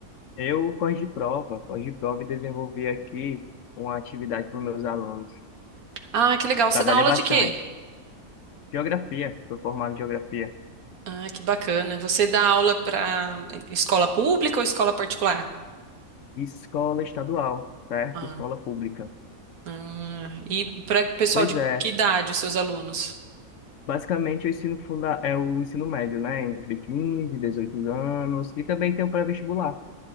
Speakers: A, on the left (about 65°); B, on the right (about 80°).
A: Eu, corrigi prova, corrigi prova e desenvolvi aqui uma atividade para meus alunos.
B: Ah, que legal. Você
A: Trabalhei
B: dá aula
A: bastante.
B: de quê?
A: Geografia, sou formado em geografia.
B: Ah, que bacana. Você dá aula para escola pública ou escola particular?
A: Escola estadual, certo?
B: Ah,
A: Escola pública.
B: ah, e para pessoal
A: Pois
B: de
A: é.
B: que idade, os seus alunos?
A: Basicamente, o ensino funda é o ensino médio, né? Entre 15 e 18 anos. E também tem o pré-vestibular.